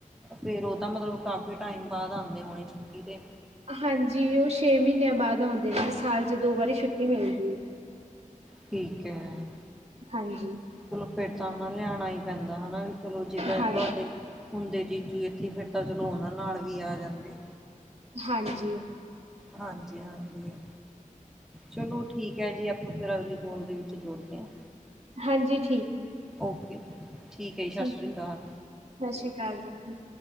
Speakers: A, in the centre; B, on the right (about 55°).
A: ਫੇਰ ਉਹ ਤਾਂ ਮਤਲਬ ਕਾਫ਼ੀ ਟਾਈਮ ਬਾਅਦ ਆਉਂਦੇ ਹੋਣੇ ਛੁੱਟੀ ਤੇ।
B: ਹਾਂਜੀ ਉਹ ਛੇ ਮਹੀਨਿਆਂ ਬਾਅਦ ਆਉਂਦੇ ਨੇ ਸਾਲ 'ਚ ਦੋ ਵਾਰੀ ਛੁੱਟੀ ਮਿਲਦੀ ਆ।
A: ਠੀਕ ਹੈ।
B: ਹਾਂਜੀ।
A: ਚਲੋ ਫਿਰ, <unintelligible> ਤਾਂ ਹਨਾ ਲਿਆਣਾ ਹੀ ਪੈਂਦਾ ਹਨਾ ਵੀ ਚਲੋ ਜੇਤਾ
B: ਹਾਂ
A: ਤੁਹਾਡੇ ਹੁੰਦੇ ਜੀਜੂ ਇੱਥੇ ਤਾਂ ਫਿਰ ਚਲੋ ਉਹਨਾ ਨਾਲ ਵੀ ਆ ਜਾਂਦੇ।
B: ਹਾਂਜੀ।
A: ਹਾਂਜੀ - ਹਾਂਜੀ। ਚਲੋ ਠੀਕ ਹੈ ਜੀ ਆਪਾਂ ਫਿਰ ਅਗਲੀ ਫੋਨ ਦੇ ਵਿੱਚ ਜੋੜਦੇ ਹਾਂ।
B: ਹਾਂਜੀ ਠੀਕ।
A: ਓਕੇ। ਜੀ ਸਤਿ
B: ਠੀਕ
A: ਸ਼੍ਰੀ
B: ਹੈ,
A: ਅਕਾਲ
B: ਸਤਿ ਸ੍ਰੀ ਆਕਾਲ ਜੀ।